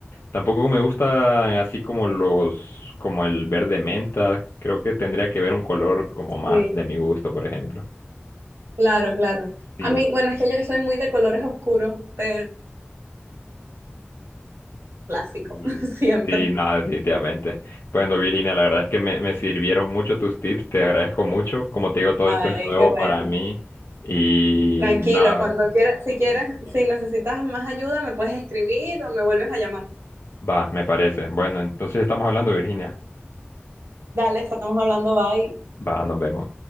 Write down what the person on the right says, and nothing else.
Sí,
claro, claro.
A mí, bueno, es que yo soy muy de colores oscuros, pero clásico,
<laughs>
siempre.
Ay,
qué bueno.
Tranquilo,
cuando quieras, si quieres, si necesitas más ayuda, me puedes escribir o me vuelves a llamar.
Dale, estamos hablando, bye.